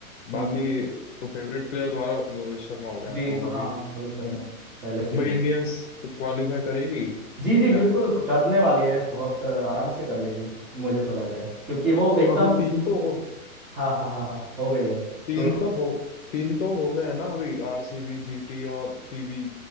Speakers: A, on the left; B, on the right.
A: बाकी
B: हम्म हम्म।
A: तो फेवरेट प्लेयर तुम्हारा रोहित शर्मा हो गया
B: जी
A: तो अभी
B: हाँ रोहित शर्मा
A: मुं-
B: है पहले से
A: मुंबई
B: ही है
A: इंडियंस तो क्वालिफाई करेगी क्या
B: जी जी बिल्कुल
A: लगता है
B: करने वाली है बहुत अ, आराम से कर लेगी मुझे तो लग रहा है क्योंकि वो
A: तो
B: एकदम
A: अभी तीन तो हो
B: हाँ हाँ हाँ हाँ हो गई है
A: तीन
B: शुरू
A: तो हो तीन तो हो गए हैं ना अभी आरसीबी जीटी और पीवी